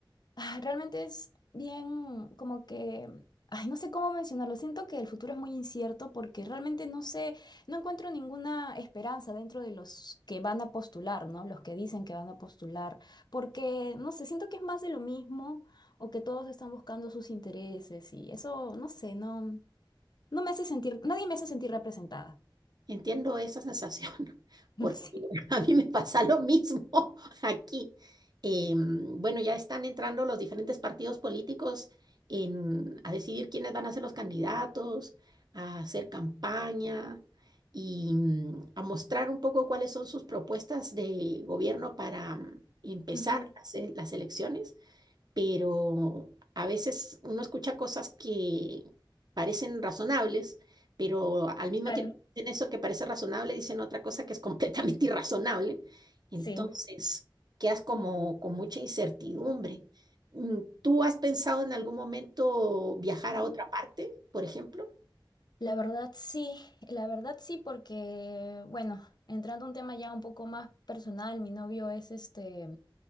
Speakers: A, on the left; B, on the right.
A: ah, realmente es bien como que, ay, no sé cómo mencionarlo. Siento que el futuro es muy incierto porque realmente no sé, no encuentro ninguna esperanza dentro de los que van a postular, ¿no? Los que dicen que van a postular, porque no sé, siento que es más de lo mismo o que todos están buscando sus intereses y eso, no sé, no, no me hace sentir, nadie me hace sentir representada.
B: Entiendo esa sensación, <laughs> porque
A: <laughs> Sí.
B: a mí me pasa lo mismo <laughs> aquí. Em, bueno, ya están entrando los diferentes partidos políticos en, a decidir quiénes van a ser los candidatos, a hacer campaña y mm, a mostrar un poco cuáles son sus propuestas de gobierno para mm, empezar
A: Ujú,
B: las, e- las elecciones pero a veces uno escucha cosas que parecen razonables, pero al mismo
A: Claro,
B: tiempo en eso que parece razonable dicen otra cosa que es completamente <laughs> irrazonable. Entonces,
A: sí.
B: quedas como con mucha incertidumbre. Mm, ¿Tú has pensado en algún momento viajar
A: Ujú.
B: a otra parte, por ejemplo?
A: La verdad sí, la verdad sí, porque, bueno, entrando a un tema ya un poco más personal, mi novio es este,